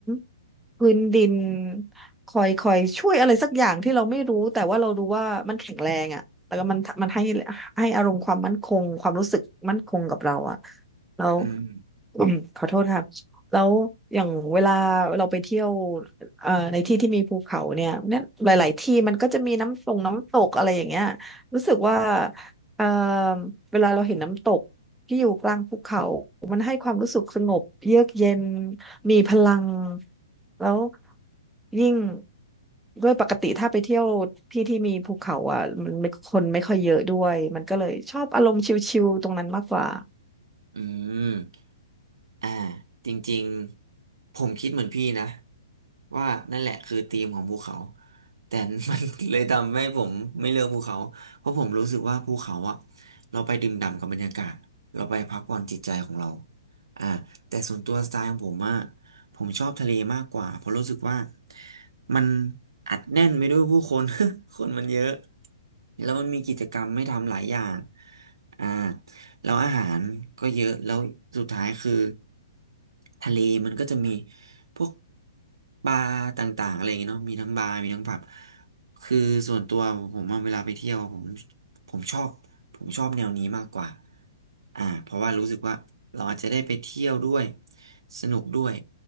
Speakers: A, in the centre; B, on the right (about 75°).
A: ำพื้นดินคอยคอยช่วยอะไรสักอย่างที่เราไม่รู้แต่ว่าเรารู้ว่ามันแข็งแรงอ่ะแล้วก็มันมันให้ ให้อารมณ์ความมั่นคงความรู้สึกมั่นคงกับเราอะแล้ว
B: อืม
A: <coughs> อืมขอโทษค่ะแล้วอย่างเวลาเราไปเที่ยวเอ่อในที่ที่มีภูเขาเนี่ยเนี่ยหลายๆที่มันก็จะมีน้ำตกน้ำตกอะไรอย่างเงี้ยรู้สึกว่าเอ่อเวลาเราเห็นน้ำตกที่อยู่กลางภูเขามันให้ความรู้สึกสงบเยือกเย็นมีพลังแล้วยิ่งด้วยปกติถ้าไปเที่ยวที่ที่มีภูเขาอ่ะมันไม่คนไม่ค่อยเยอะด้วยมันก็เลยชอบอารมณ์ชิลๆตรงนั้นมากกว่า
B: อืมอ่าจริงๆผมคิดเหมือนพี่นะว่านั่นแหละคือธีมของภูเขาแต่ <laughs> มัน <laughs> เลยทำให้ผมไม่เลือกภูเขาเพราะผมรู้สึกว่าภูเขาอะเราไปดื่มด่ำกับบรรยากาศเราไปพักผ่อนจิตใจของเราอ่าแต่ส่วนตัวสไตล์ของผมอะผมชอบทะเลมากกว่าเพราะรู้สึกว่ามันอัดแน่นไปด้วยผู้คน <laughs> คนมันเยอะแล้วมันมีกิจกรรมให้ทำหลายอย่างอ่า แล้วอาหารก็เยอะแล้วสุดท้ายคือทะเลมันก็จะมีพวกบาร์ต่างๆอะไรอย่างเงี้ยเนาะมีทั้งบาร์มีทั้งผับคือส่วนตัวผมอะเวลาไปเที่ยวผมผมชอบผมชอบแนวนี้มากกว่าอ่าเพราะว่ารู้สึกว่าเราอาจจะได้ไปเที่ยวด้วยสนุกด้วย